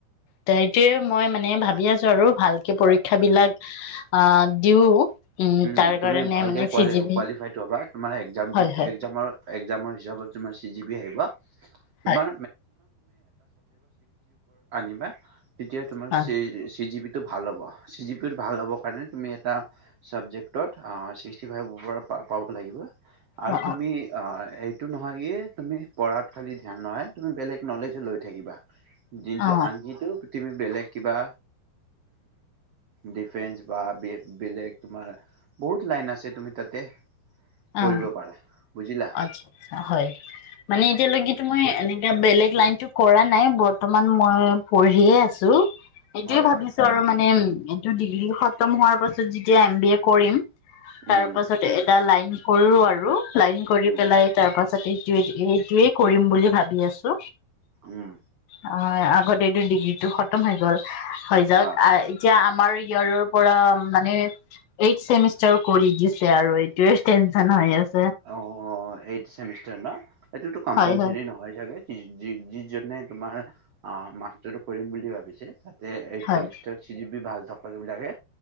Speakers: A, on the left (about 65°); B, on the right (about 75°).
A: টাইতে মই মানে ভাবি আছো আৰু ভালকে পৰীক্ষা বিলাক আহ দিও উম
B: উ
A: তাৰ
B: তুমি
A: কাৰণে
B: ভালকে
A: মানে
B: ক
A: চিজিবি
B: কোৱালিফাইড হবা তোমাৰ একজাম
A: হয় হয়
B: একজামৰ একজামৰ হিচাপত তুমাৰ চি জি বি আহিবা তোমাৰ
A: হয়
B: মেচ <unintelligible> তেতিয়া তোমাৰ
A: হয়
B: চি জি বি টো ভাল হ'ব চি জি প ভাল হব কাৰণে তুমি এ ছাবজেক্টত ছিক্সটি ফাইভৰ পৰা পাব লাগিব আৰু
A: অ
B: তুমি অ এই এইটো নহয় কি তুমি পঢ়াত খালি ধ্যান নহয় তুমি বেলেগ নলেজো লৈ থাকিবা জিনকি
A: অ অ
B: আনকি টো তুমি বেলেগ কিবা ডিফেস বা বেলেগ তোমাৰ বহুত লাইন আছে তুমি তাতে কৰিব
A: আহ
B: পাৰা বুজিলা
A: আ্ আ্ছা হয় মানে এতিয়ালৈকো মই এনে এ বেলেগ লাইনতো কৰা নাই বৰ্তমান মই পঢ়িয়ে আছো সেইটোৱেই
B: হয়
A: ভাবিছো
B: হয়
A: আৰু মানে উম এইটো ডিগ্ৰী খতম হোৱাৰ পাছত যেতিয়া এম বি এ কৰিম তাৰ
B: উম
A: পাছত এটা লাইন কৰো আৰু লাইন কৰি
B: উম
A: পেলাই তাৰপ তাৰপাছত এইটোৱে এইটোয়েই কৰিম বুলি ভাবি আছো
B: উম
A: হ য় অ <unintelligible> টো খতম হৈ গ'ল হৈ যাওক
B: অ'।
A: এতিয়া আমাৰ ইয়োৰৰ পৰা মানে এইথ চেমিষ্টাৰ কৰি দিছে আৰু এইটোে তেনছন হয় আ
B: অ এই চেমিষ্টাৰ ন সেইটোতো কম্পালচেৰি
A: হয়, হয়,
B: নহয় ছাগে যিজনে তোমাৰ অ মাষ্টাৰটো কৰিম বুলি ভাবিছে তাত এই
A: হয়,
B: চেমিষ্টাৰ যিবি ভাল <unintelligible> বিলাকে